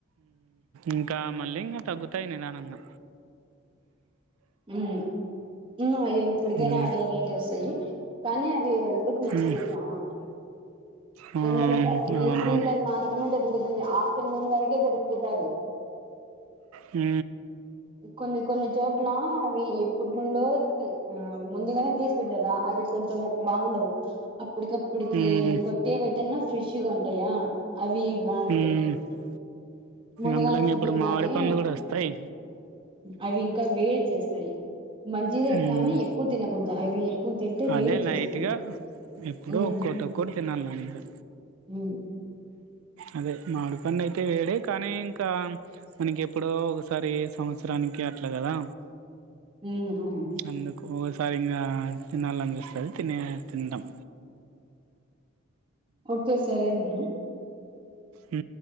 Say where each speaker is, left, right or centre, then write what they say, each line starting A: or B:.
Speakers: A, on the right; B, on the right.
A: ఇంకా మళ్ళీ ఇంకా తగ్గుతాయి నిదానంగా
B: ఉమ్ ఇంగో అయ్యే ఇప్పటికైనా
A: మ్మ్
B: వేరైటీ వస్తాయి, కానీ అది హెల్త్ కు మంచిది
A: మ్మ్
B: చానా
A: ఆ
B: ఎండలకు ఈ
A: అవునవును
B: సీజన్ మాత్రమే దొరుకుతుంది. ఆ చిన్నన్ వరకె జరుగుదావి.
A: హ
B: కొన్ని కొన్ని చోట్ల అవీ ఇప్పుట్ నుండు ఆ ముందుగానే తీసి పెట్టారా అవి కొంచెము బాగుండవు అప్పటికప్పుటికి
A: మ్మ్
B: కొట్టేవైతేన్నా ఫ్రెష్గా ఉంటాయా? అవి బాగుంటాయి,
A: మ్మ్
B: ముందుగానే
A: అందులో ఇంగ
B: తిరి
A: ఇప్పుడు
B: పెట్టినవి
A: మామిడి పండ్లు కూడా వస్తాయి
B: అవి ఇంకా వేడి చేస్తాయి, మంచిదే
A: మ్మ్
B: కానీ ఎక్కువ తినకూడదు అవి ఎక్కువ తింటే వేడి
A: అదే లైట్
B: చేస్తుంది
A: గా ఎప్పుడ
B: ఉమ్
A: ఒక్కటి ఒక్కటి తినాలి అక
B: ఉమ్
A: అదే మామిడి పని అయితే వేడే కానీ ఇంకా మనకి ఎప్పుడో ఒకసారి సంవత్సరానికి అట్లా కదా
B: ఉమ్ అవును
A: అందుకు ఒకసారి ఇకా తినాలనిపిస్తుంది తినే తింటాం
B: ఓకే సరేన్న
A: అ